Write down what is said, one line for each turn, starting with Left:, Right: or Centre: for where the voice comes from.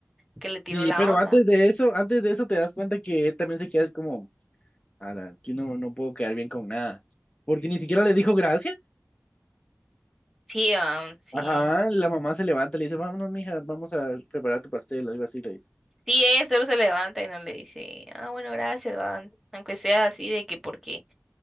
Centre: que le tiró
Left: Sí,
Centre: la
Left: pero
Centre: onda.
Left: antes de eso, antes de eso te das cuenta que él también se queda así como, ala, aquí no, no puedo quedar bien con nada, porque ni siquiera le dijo gracias.
Centre: Sí, ah, sí.
Left: Ajá, la mamá se levanta y le dice, vámonos, mija, vamos a preparar tu pastel, algo así le dice.
Centre: Sí, ella solo se levanta y no le dice, ah, bueno, gracias, va", Aunque sea así de que porque,